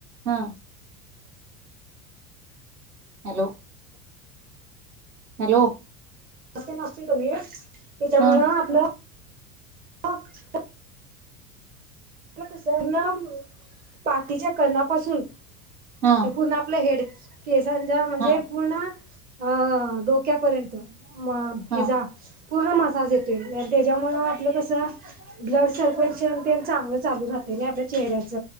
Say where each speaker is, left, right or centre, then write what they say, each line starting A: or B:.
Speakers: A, on the right (about 70°); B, on the right (about 20°).
A: हम हॅलो हॅलो
B: असती नास्ती कणी त्याच्यामुळं
A: हा
B: आपलं <unintelligible> मला तसर ना पाठीच्या कणापासून
A: हा
B: ते पूर्ण आपलं हेड केसांच्या म्हणजे
A: हा
B: पूर्ण अ डोक्यापर्यंत. म
A: हा
B: हे जा पूर्ण मसाज येतोय आणि त्याच्यामुळ आपलं कसं ब्लड सर्क्युलेशन ते चांगलं चालू राहते ना आपल्या चेहऱ्याच